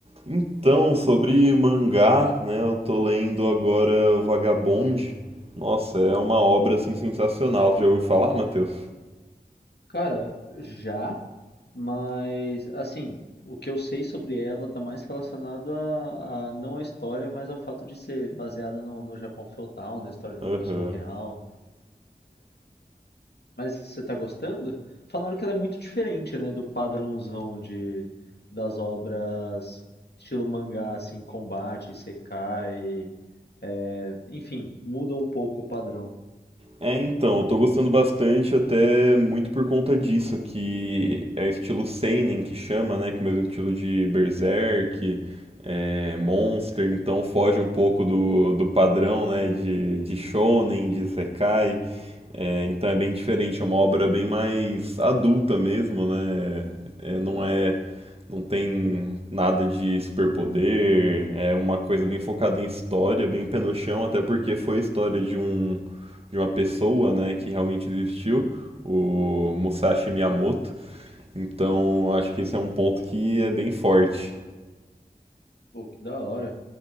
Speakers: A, on the right; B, on the left.
A: Então, sobre mangá, né, eu tô lendo agora o Vagabond. Nossa, é uma obra assim sensacional. Já ouviu falar, Matheus?
B: Cara, já, mas assim, o que eu sei sobre ela tá mais relacionado a, a- não à história, mas ao fato de ser baseado no, no Japão feudal, na história de uma
A: Aham.
B: pessoa real. Mas você tá gostando? Falaram que ela é muito diferente, né, do padrãozão de das obras estilo mangá, assim, combate, isekai, é, enfim, muda um pouco o padrão.
A: É, então, eu tô gostando bastante até muito por conta disso, que é estilo seinen que chama, né, que é o mesmo estilo de Berserk, é, Monster, então foge um pouco do, do padrão, né, de, de shonen, de isekai. É, então é bem diferente, é uma obra bem mais adulta mesmo, né? É, não é, não tem nada de superpoder, é uma coisa bem focada em história, bem pé no chão, até porque foi a história de um de uma pessoa, né, que realmente existiu, o Musashi Miyamoto. Então, acho que esse é um ponto que é bem forte.
B: Pô, que da hora.